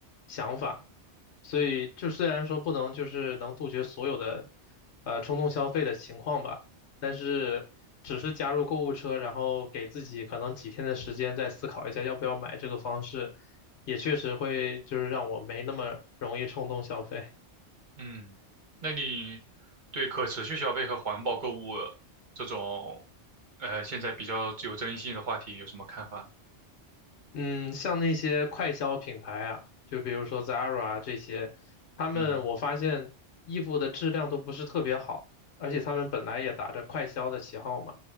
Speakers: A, on the left; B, on the right.
A: 想法。所以就虽然说不能就是能杜绝所有的呃冲动消费的情况吧，但是只是加入购物车，然后给自己可能几天的时间再思考一下要不要买这个方式，也确实会就是让我没那么容易冲动消费。
B: 嗯，那你对可持续消费和环保购物这种，呃，现在比较具有争议性的话题有什么看法？
A: 嗯，像那些快消品牌啊，就比如说 Zara 啊这些，他们我发现衣服的质量都不是特别好，
B: 嗯
A: 而且他们本来也打着快消的旗号嘛，